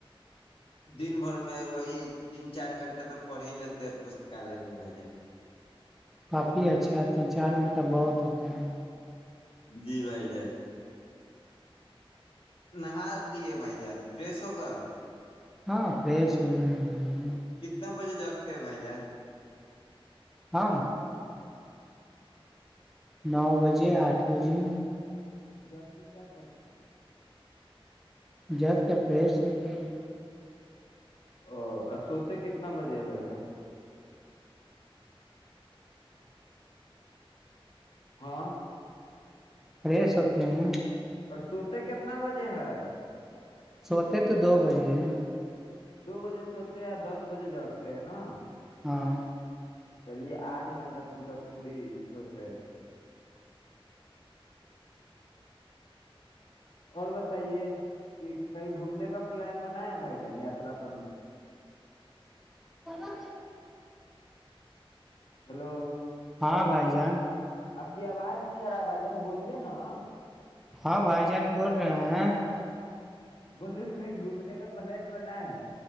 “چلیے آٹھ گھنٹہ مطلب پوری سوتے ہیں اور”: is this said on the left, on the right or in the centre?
Left